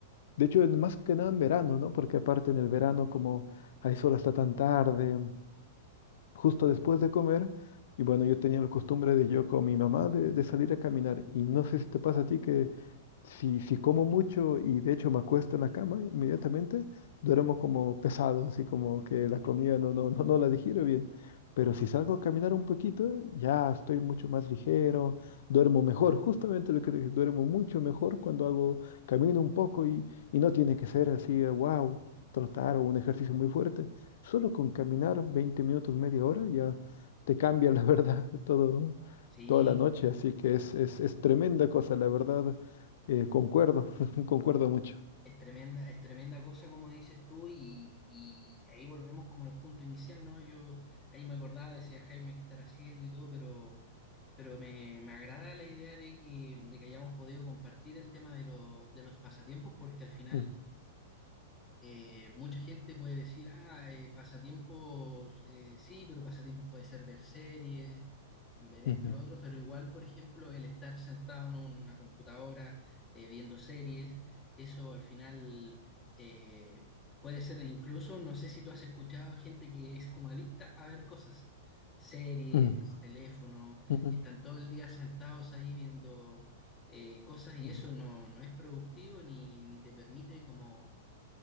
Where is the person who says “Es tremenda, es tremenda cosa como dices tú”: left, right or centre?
Left